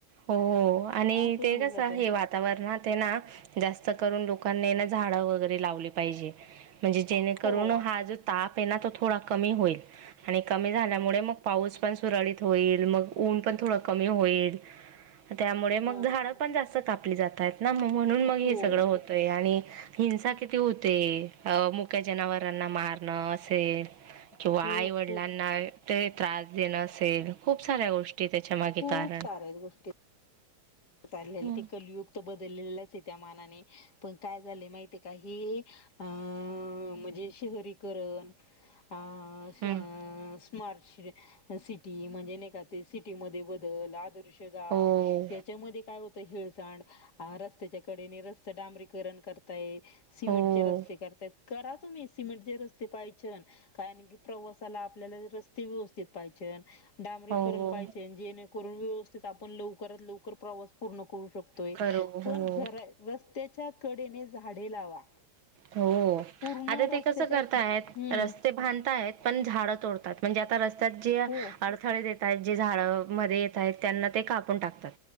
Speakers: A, on the right (about 70°); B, on the left (about 50°).
A: हो आणि
B: असं
A: ते
B: होऊन
A: कस
B: जात
A: हे वातावरणात ना जास्त जास्त करून लोकांनी ना झाडं वगैरे झाडे लावले पाहिजे म्हणजे जेने
B: हो
A: करून हा जो ताप आहे ना तो थोडा कमी होईल. आणि कमी झाल्यामुळे मग पाऊस पण सुरळीत होईल. मग ऊन पण थोडं कमी होईल. त्यामुळे मग
B: हा
A: झाड
B: हा हा
A: पण जास्त कापली जातात वर ना म्हणून
B: हो
A: मग
B: हो
A: हे सगळं होतंय आणि हिंसा किती होतेय. अ मुख्या जनावरांना मारणं असेल किंवा
B: खूप
A: आईवडिलांना
B: खूप
A: ते त्रास देणं असेल खूप साऱ्या गोष्टी. त्याच्या मागे
B: खूप
A: कारण
B: साऱ्या गोष्टी. चालले
A: हम्म.
B: ते कलयुग बदलेलं ते त्या मानाने पण काय झालं माहितीये का हे अं म्हणजे शहरीकरण अ <unintelligible>
A: हम्म.
B: स्मार्ट सिटी म्हणजे नाही का ते सिटीमध्ये बदल आदर्श गाव
A: हो.
B: याच्यामध्ये काय होतं हेळसांड रस्त्याच्या कडे रस्त डांबरीकरण करताय. सिमेंटचे
A: हो. हो.
B: रस्ते करतायेत. करा तुम्ही सिमेटचे रस्ते पाहिजे कारण की प्रवासाला आपल्याला रस्ते व्यवस्थित पाहिजे. डांबरीकरण
A: हो
B: पाहिजे जेणेकरून व्यवस्थित आपण लवकरात लवकर प्रवास पूर्ण करू शकतो
A: खरं.
B: पण
A: हो.
B: खर आहे रस्ते च्या कडेने झाडे लावा.
A: हो
B: पूर्ण
A: आता
B: रस्त्याच्या
A: ते कसं करताय
B: हम्म
A: रस्ते बांधताय पण झाडं तोडतात म्हणजे आता रस्ता जे अडथळे
B: हो
A: देतायेत जे झाड मध्ये त्यांना ते कापून टाकतात